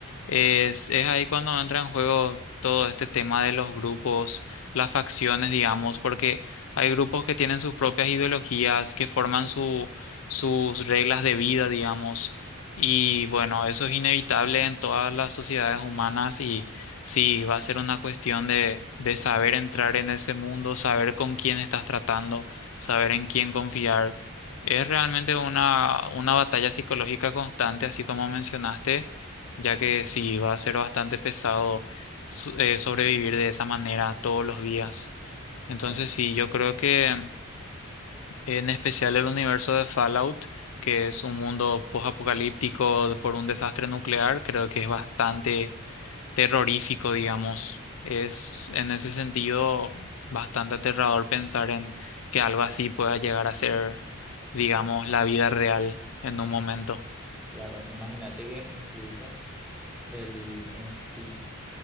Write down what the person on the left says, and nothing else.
Es, es ahí cuando entra en juego todo este tema de los grupos, las facciones, digamos, porque hay grupos que tienen sus propias ideologías, que forman su, sus reglas de vida, digamos, y bueno, eso es inevitable en todas las sociedades humanas y sí, va a ser una cuestión de, de saber entrar en ese mundo, saber con quién estás tratando, saber en quién confiar. Es realmente una, una batalla psicológica constante, así como mencionaste ya que sí va a ser bastante pesado so- eh, sobrevivir de esa manera todos los días. Entonces
sí, yo creo que en especial el universo de Fallout, que es un mundo post-apocalíptico por un desastre nuclear, creo que es bastante terrorífico, digamos. Es en ese sentido bastante aterrador pensar en que algo así pueda llegar a ser, digamos, la vida real en un momento.